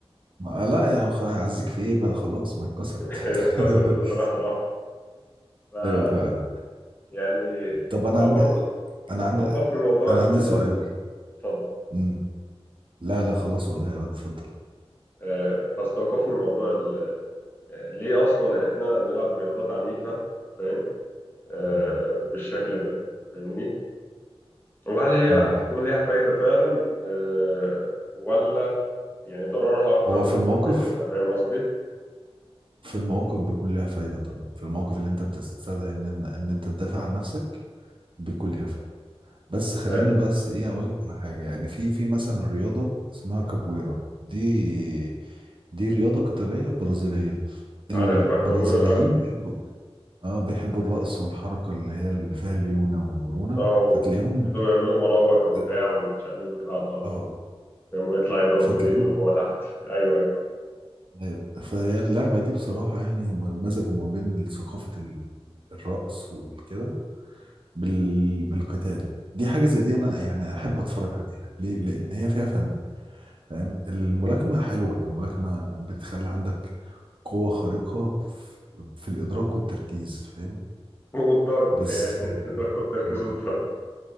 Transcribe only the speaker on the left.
هي اتكسرت اللي راح راح
يعني
فبرضه
استوقفني
موضوع
ال-
اتفضل
آه، فاستوقفني موضوع ال- آه، ليه اصلا احنا بنلعب رياضات عنيفه فاهم آه،
بالشكل ده فاهمني وهل هي
هتكون ليها فايده فعلا آه، ولا يعني ضررها اكتر
من
فايدتها فاهم قصدي
آه،
عارفها الكبار عارف
اه ويبتدوا
يعملوا مراوح وبتاع
ويتشقلبوا كده على الارض
فاهم ويطلع يضرب
برجله وهو تحت <laughs> ايوه أيوة.
والضرب
يعني <laughs> تدركوا التركيز
والضرب